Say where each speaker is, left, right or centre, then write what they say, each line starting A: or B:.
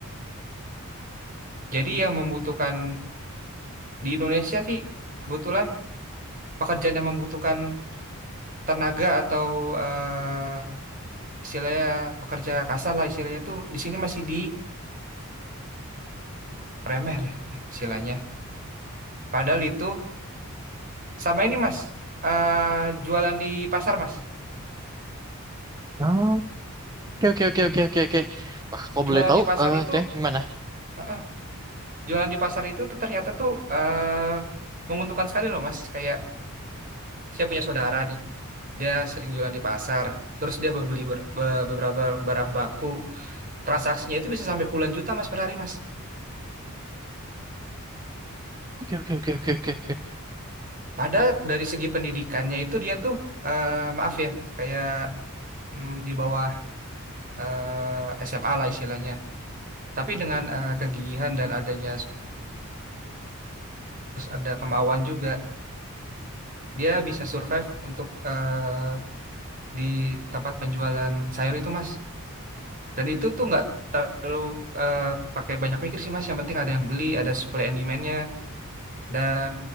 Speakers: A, on the right (about 40°); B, on the right (about 15°).
A: Jadi yang membutuhkan di Indonesia sih kebetulan pekerjaan yang membutuhkan tenaga atau eh, istilahnya pekerja kasar lah istilahnya itu di sini masih dianggap remeh lah ya, istilahnya. Padahal itu sama ini Mas, eh jualan di pasar Mas.
B: Oh. Oke, oke, oke, oke, oke, oke. Wah, kok
A: Jualan
B: boleh tahu?
A: di pasar
B: Eh,
A: itu,
B: kira gimana?
A: eh, eh, jualan di pasar itu tuh ternyata tuh eh menguntungkan sekali loh Mas. Kayak saya punya saudara nih, dia sering jualan di pasar. Terus dia beli ber- be- beberapa barang baku. Transaksinya itu bisa sampai puluhan juta Mas per hari Mas.
B: Oke, oke, oke, oke, oke, oke.
A: Padahal dari segi pendidikannya itu dia tuh eh maaf ya kayak mm, di bawah eh, SMA lah istilahnya. Tapi dengan eh, kegigihan dan adanya terus ada kemauan juga, dia bisa survive untuk eh, di tempat penjualan sayur itu, Mas. Dan itu tuh nggak terlalu eh, pakai banyak mikir sih, Mas. Yang penting ada yang beli, ada supply and demand-nya, dan